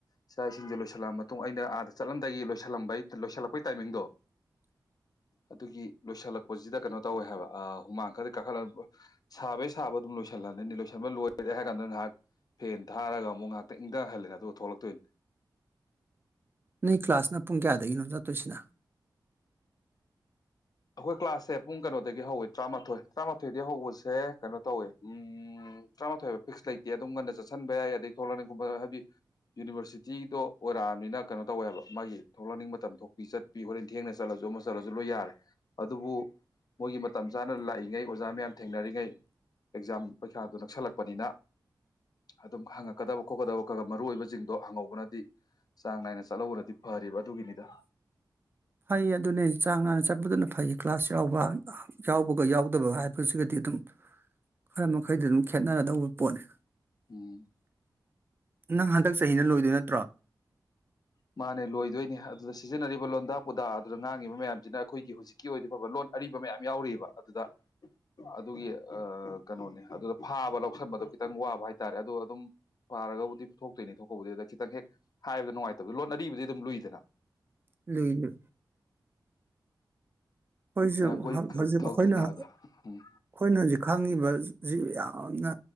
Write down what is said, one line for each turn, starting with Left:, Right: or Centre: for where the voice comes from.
Left: ꯆꯥꯛ ꯏꯁꯤꯡꯖꯦ ꯂꯣꯏꯁꯤꯜꯂꯛꯑ ꯃꯇꯨꯡ ꯑꯩꯅ ꯑꯥꯗ ꯆꯠꯂꯝꯗꯥꯏꯒꯤ ꯂꯣꯏꯁꯤꯜꯂꯝꯕ ꯂꯣꯏꯁꯤꯜꯂꯛꯄꯩ ꯇꯥꯏꯃꯤꯡꯗꯣ ꯑꯗꯨꯒꯤ ꯂꯣꯏꯁꯤꯜꯂꯛꯄꯖꯤꯗ ꯀꯅꯣ ꯇꯧꯋꯦ ꯍꯥꯏꯕ ꯑ ꯍꯨꯃꯥꯡ ꯈꯔꯗꯤ ꯀꯥꯈꯠ ꯁꯥꯕꯩ ꯁꯥꯕ ꯑꯗꯨꯝ ꯂꯣꯏꯁꯤꯜꯂꯅꯤ ꯂꯣꯏꯁꯤꯟꯕ ꯂꯣꯏ ꯂꯣꯏꯔꯦ ꯍꯥꯏ ꯀꯥꯟꯗ ꯉꯍꯥꯛ ꯐꯦꯟ ꯊꯥꯔꯒ ꯑꯃꯨꯛ ꯉꯍꯥꯛꯇꯪ ꯏꯪꯗꯍꯜꯂꯦ ꯑꯗꯨ ꯊꯣꯛꯂꯛꯇꯣꯏꯅꯤ
Right: ꯅꯣꯏ ꯀ꯭ꯂꯥꯁꯅ ꯄꯨꯡ ꯀꯌꯥꯗꯒꯤꯅꯣ ꯆꯠꯇꯣꯏꯁꯤꯅ
Left: ꯑꯩꯈꯣꯏ ꯀ꯭ꯂꯥꯁꯁꯦ ꯄꯨꯡ ꯀꯩꯅꯣꯗ ꯗꯒꯤ ꯍꯧꯋꯦ ꯇꯔꯥꯃꯥꯊꯣꯏ ꯇꯔꯥꯃꯥꯊꯣꯏꯗꯒꯤ ꯍꯧꯕꯁꯦ ꯀꯩꯅꯣ ꯇꯧꯋꯦ ꯎꯝ ꯇꯔꯥꯃꯥꯊꯣꯏꯕ ꯐꯤꯛꯁ ꯂꯩꯇꯦ ꯑꯗꯨꯝ ꯉꯟꯅ ꯆꯠꯁꯟꯕ ꯌꯥꯏ ꯑꯗꯗꯒꯤ ꯊꯣꯛꯂꯛꯅꯤꯡꯕꯕ ꯍꯥꯏꯕꯗꯤ ꯌꯨꯅꯤꯕꯔꯁꯤꯇꯤꯗꯣ ꯑꯣꯏꯔꯛꯑꯕꯃꯤꯅ ꯀꯩꯅꯣ ꯇꯧꯋꯦꯕ ꯃꯥꯒꯤ ꯊꯣꯛꯂꯛꯅꯤꯡꯕ ꯃꯇꯝ ꯊꯣꯛꯄꯤ ꯆꯠꯄꯤ ꯍꯣꯔꯦꯟ ꯊꯦꯡꯅ ꯆꯠꯂꯁꯨ ꯑꯃ ꯆꯠꯂꯁꯨ ꯂꯣꯏ ꯌꯥꯔꯦ ꯑꯗꯨꯕꯨ ꯃꯣꯏꯒꯤ ꯃꯇꯝ ꯆꯥꯅ ꯂꯥꯛꯏꯉꯩ ꯑꯣꯖꯥ ꯃꯌꯥꯝ ꯊꯦꯡꯅꯔꯤꯉꯩ ꯑꯦꯛꯖꯥꯝ ꯄꯔꯤꯈꯥꯗꯨ ꯅꯛꯁꯜꯂꯛꯄꯅꯤꯅ ꯑꯗꯨꯝ ꯍꯪꯉꯀꯕ ꯈꯣꯠꯀꯗꯕ ꯈ ꯃꯔꯨꯑꯣ ꯑꯣꯏꯕ ꯖꯤꯡꯗꯣ ꯍꯪꯍꯧꯕꯅꯗꯤ ꯆꯥꯡ ꯅꯥꯏꯅ ꯆꯠꯍꯧꯕꯅꯗꯤ ꯐꯔꯤꯕ ꯑꯗꯨꯒꯤꯅꯤꯗ
Right: ꯐꯩ ꯑꯗꯨꯅꯦ ꯆꯥꯡ ꯅꯥꯏꯅ ꯆꯠꯄꯗꯨꯅ ꯐꯩ ꯀ꯭ꯂꯥꯁ ꯌꯥꯎꯕ ꯌꯥꯎꯕꯒ ꯌꯥꯎꯗꯕ ꯍꯥꯏꯕꯁꯤꯒꯗꯤ ꯑꯗꯨꯝ ꯈꯔ ꯃꯈꯩꯗꯤ ꯑꯗꯨꯝ ꯈꯦꯠꯅꯔꯗꯧꯕ ꯄꯣꯠꯅꯤ
Left: ꯎꯝ
Right: ꯅꯪ ꯍꯟꯗꯛ ꯆꯍꯤꯅ ꯂꯣꯏꯗꯣꯏ ꯅꯠꯇ꯭ꯔꯣ
Left: ꯃꯥꯅꯦ ꯂꯣꯏꯗꯣꯏꯅꯦ ꯑꯗꯨꯗ ꯁꯤꯖꯤꯟꯅꯔꯤꯕ ꯂꯣꯟꯗꯥ ꯄꯨꯗꯥ ꯑꯗꯨꯗ ꯉꯥꯡꯉꯤꯕ ꯃꯌꯥꯝꯁꯤꯅ ꯑꯩꯈꯣꯏꯒꯤ ꯍꯧꯖꯤꯛꯀꯤ ꯑꯣꯏꯅꯗꯤ ꯐꯕ ꯂꯣꯟ ꯑꯔꯤꯕ ꯃꯌꯥꯝ ꯌꯥꯎꯔꯤꯕ ꯑꯗꯨꯗ ꯑꯗꯨꯒꯤ ꯑꯥ ꯀꯩꯅꯣꯅꯦ ꯑꯗꯨꯗ ꯐꯥꯕ ꯂꯧꯁꯟꯕꯗꯣ ꯈꯤꯇꯪ ꯋꯥꯕ ꯍꯥꯏꯇꯥꯔꯦ ꯑꯗꯣ ꯑꯗꯨꯝ ꯐꯥꯔꯒꯕꯨꯗꯤ ꯊꯣꯛꯇꯣꯏꯅꯦ ꯊꯣꯛꯄꯕꯨꯗꯤ ꯑꯗꯨꯗ ꯈꯤꯇꯪ ꯍꯦꯛ ꯍꯥꯏꯕꯗ ꯅꯨꯡꯉꯥꯏꯇꯦ ꯂꯣꯟ ꯑꯔꯤꯕꯗꯤ ꯑꯗꯨꯝ ꯂꯨꯏꯗꯅ
Right: ꯂꯨꯏ ꯂꯨꯏ ꯑꯩꯈꯣꯏꯁꯨ
Left: ꯍꯤꯌꯥꯡꯒꯣꯏ ꯈꯔꯨꯞ
Right: ꯍꯧꯖꯤꯛ
Left: ꯊꯧꯗꯅꯗꯣ
Right: ꯑꯩꯈꯣꯏꯅ ꯑꯩꯈꯣꯏꯅ
Left: ꯎꯝ
Right: ꯍꯧꯖꯤꯛ ꯈꯥꯡꯉꯤꯕ ꯁꯤ ꯌꯥꯝꯅ